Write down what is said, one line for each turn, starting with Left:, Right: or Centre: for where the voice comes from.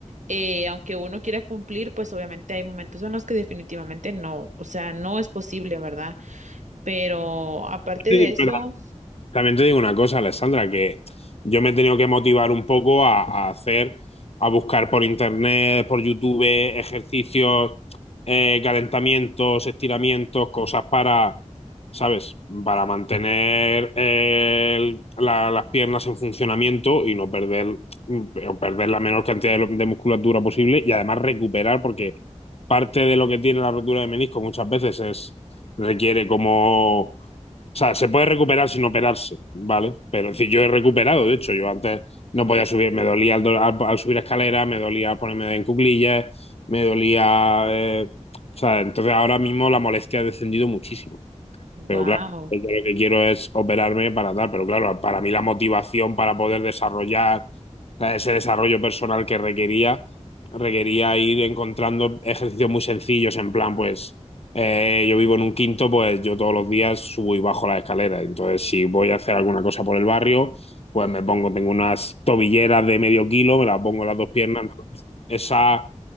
Right: eh, aunque uno quiera cumplir, pues obviamente hay momentos en los que definitivamente no, o sea, no es posible, ¿verdad? Pero aparte
Left: flipas.
Right: de eso,
Left: También te digo una cosa, Alessandra, que yo me he tenido que motivar un poco a, a hacer, a buscar por internet, por YouTube, ejercicios, eh, calentamientos, estiramientos, cosas para, ¿sabes? Para mantener eh, el- la- las piernas en funcionamiento y no perder, perder la menor cantidad de, lo- de musculatura posible y además recuperar, porque parte de lo que tiene la rotura de menisco muchas veces es, requiere como o sea, se puede recuperar sin operarse, ¿vale? Pero es decir, yo he recuperado, de hecho, yo antes no podía subir, me dolía al, do- al- al subir escalera, me dolía al ponerme en cuclillas, me dolía... eh, o sea, entonces ahora mismo la molestia ha descendido muchísimo.
Right: wow,
Left: Pero claro, yo lo que quiero es operarme para tal, pero claro, para mí la motivación para poder desarrollar o sea, ese desarrollo personal que requería, requería ir encontrando ejercicios muy sencillos, en plan, pues eh, yo vivo en un quinto, pues yo todos los días subo y bajo la escalera, entonces si voy a hacer alguna cosa por el barrio, pues me pongo, tengo unas tobilleras de medio kilo, me las pongo en las dos piernas, entonces esa